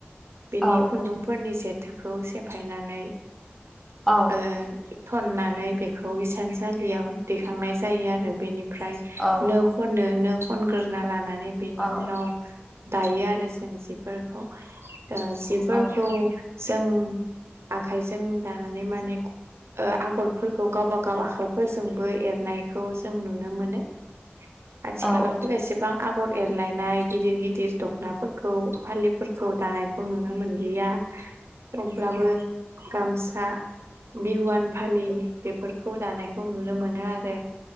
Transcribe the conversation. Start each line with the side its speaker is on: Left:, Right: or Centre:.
Right: बेनि
Centre: औ
Right: खुन्दुंफोरनि जेथोखौ सेफायनानै
Centre: औ
Right: ओ थननानै बेखौ इसानसालियाव दैखांनाय जायो आरो बेनिफ्राय
Centre: औ
Right: खनोनो खनग्रोना लानानै बेनि
Centre: औ
Right: उनाव दायो आरो जों जिफोरखौ जिफोरखौ
Centre: औ
Right: जों आखाइजों दानानै माने आगरफोरखौ गावबा गाव आखाइफोरजोंबो एरनायखौ जों नुनो मोनो।
Centre: <unintelligible>
Right: आथिखालावथ'
Centre: औ
Right: एसेबा आगर एरलायनाय गिदिर गिदिर दख'नाफोरखौ फालिफोरखौ दानायखौ नुनो मोनलिया।
Centre: <inaudible>
Right: अब्लाबो गामसा बिहुवान फालि बेफोरखौ दानायखौ नुनो मोनो आरो